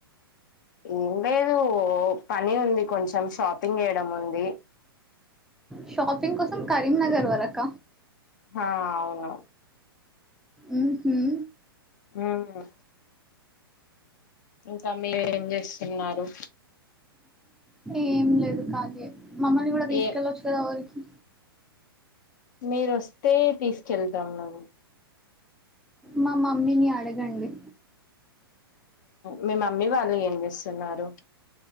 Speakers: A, on the left; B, in the centre.
A: ఏం లేదు పని ఉంది కొంచెం షాపింగ్ చేయడం ఉంది
B: షాపింగ్ కోసం కరీంనగర్ వరక
A: ఆ అవును
B: మ్మ్ హ్మ్
A: మ్మ్ ఇంకా మీరు ఏం చేస్తున్నారు
B: ఏం లేదు కానీ మమ్మల్ని కూడా తీసుకెళ్ళొచ్చు
A: ఏ
B: కదా ఊరికి
A: మీరొస్తే తీసుకెళ్తాం మిమ్మల్ని
B: మా మమ్మీని అడగండి
A: మీ మమ్మీ వాళ్ళు ఏం చేస్తున్నారు